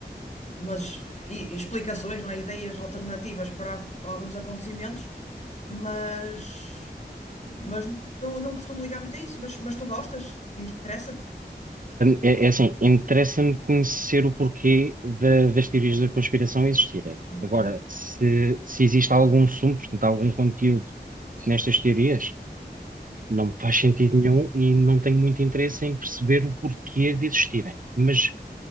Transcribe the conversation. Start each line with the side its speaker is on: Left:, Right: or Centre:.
Left: umas i- explicações, não é? Ideias alternativas para a- alguns acontecimentos, mas, mas não, não costumo ligar muito a isso. Mas, mas tu gostas? Interessa-te?
Right: É, é assim, interessa-me conhecer o porquê da- das teorias da conspiração existirem.
Left: Ok.
Right: Agora, se, se existe algum sumo, portanto, algum conteúdo nestas teorias, não me faz sentido nenhum e não tenho muito interesse em perceber o porquê de existirem. Mas